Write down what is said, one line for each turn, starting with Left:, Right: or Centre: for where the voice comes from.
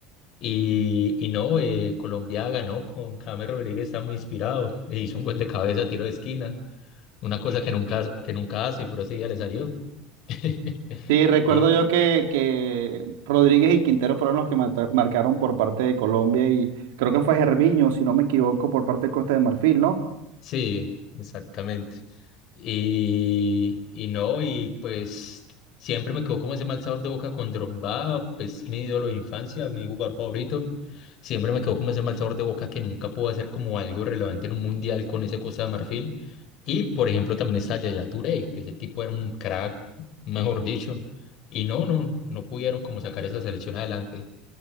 Left: Y, y no, eh, Colombia ganó con James Rodríguez, está muy inspirado. e Hizo un gol de cabeza, tiro de esquina. Una cosa que nunca, que nunca hace, pero ese día le salió. <laughs>
Right: Sí, recuerdo
Left: Y
Right: yo que, que Rodríguez y Quintero fueron los que mata- marcaron por parte de Colombia y creo que fue Gervinho, si no me equivoco, por parte de Costa de Marfil, ¿no?
Left: sí, exactamente. Y, y no, y pues siempre me quedó como ese mal sabor de boca con Drogba, pues mi ídolo de infancia, mi jugador favorito. Siempre me quedó como ese mal sabor de boca que nunca pudo hacer como algo relevante en un mundial con ese Costa de Marfil. Y por ejemplo también está Yaya Touré, que ese tipo era un crack, mejor dicho. Y no, no, no pudieron como sacar esa selección adelante.